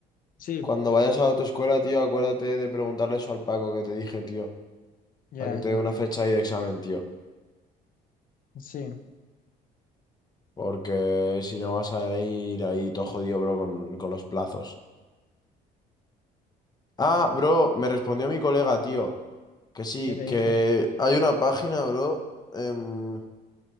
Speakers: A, on the left (about 55°); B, on the left (about 25°).
A: Sí,
B: Cuando vayas a la autoescuela, tío, acuérdate de preguntarle eso al Paco que te dije, tío.
A: ya
B: Para que te
A: es
B: dé
A: verdad.
B: una fecha ahí de examen, tío.
A: Sí,
B: Porque si no vas a ir ahí todo jodido, bro, con, con los plazos. Ah, bro, me respondió mi colega, tío. Que sí,
A: ¿qué te
B: que
A: dijo?
B: hay una página, bro. em,